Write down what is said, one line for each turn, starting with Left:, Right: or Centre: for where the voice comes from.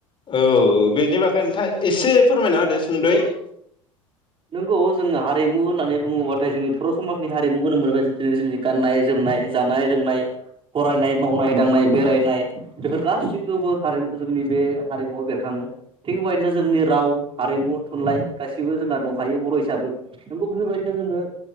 Left: औ बेनि बागै नोंथां एसे फोरमायना होदो सुंद'यै। <inaudible>
Right: नोंगौ जोङो हारिमु होननानै बुङोबाथाय जोंनि बर' समाजनि हारिमु होनो मोन दिन जोंनि गाननाय- जोमनाय, जानाय -लोंनाय, फरायनाय, मावनाय- दांनाय, बेरायनाय बेफोर गासिखौबो हारिमु जोंनि बे हारिमुआव बेरखाङो। थिग बेबायदिनो जोंनि राव हारिमु थुनलाइ गासिबो जोंना दंखा यो बर' हिसाबै नोंगौ बेफोरबायदिनो जोङो